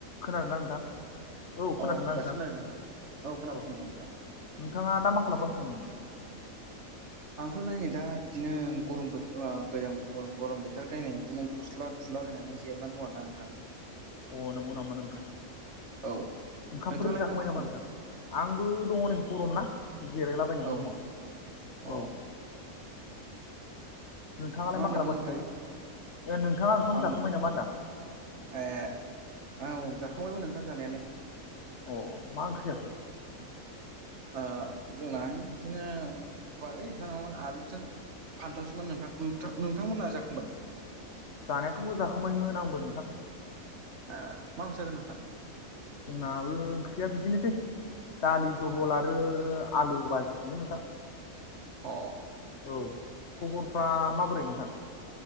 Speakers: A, on the left; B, on the right.
A: खोनादोंना नोंथां? औ खोनादोंना
B: अ दासो
A: नोंथां,
B: खोनादों औ खोनाबाय
A: अ
B: खोनाबाय नोंथां
A: नोंथाङा दा मा खालामगासिनो दं नोंथां?
B: आंथ' नायनाय दा बिदिनो गरम बोथोर गोजां गरम बोथोर खाय नै बिदिनो गस्ला खुला बायनाय नानै जिरनानै दं आरो ना नोंथां।
A: अ नंगौ नामा नोंथां।
B: औ
A: ओंखामफोर
B: नोंथाङालाय
A: जाखांबाय
B: दा मा खालामदों
A: नामा नोंथां? आंबो दङ नै गरम ना। जिरायलाबायनानै
B: औ
A: दङ।
B: अ
A: औ। नोंथाङालाय
B: होनदोंमोन
A: मा खालामगासिनो
B: नोंथाङा
A: दायो? नोंथाङा ओंखाम
B: आं
A: जाखाबाय नामा होनदां आं।
B: ए औ जाखांबायमोन नोंथां जानायालाय।
A: अ मा ओंख्रि जाखो?
B: ओ जोंनाहाय बिदिनो <unintelligible> आलुजों। फानथावसोमोन नोंथां, नोंथां नोंथांमोनहा जाखांबाय?
A: जानायाथ' जाखांबायमोन आंबो नोंथां।
B: ए, मा ओंख्रि जाखो नोंथां?
A: जोंनाबो ओंख्रिया बिदिनोसै, दालि जहल
B: अ
A: आरो आलु बाजिसोमोन नोंथां।
B: अ।
A: औ। खबरफ्रा माबोरै नोंथां?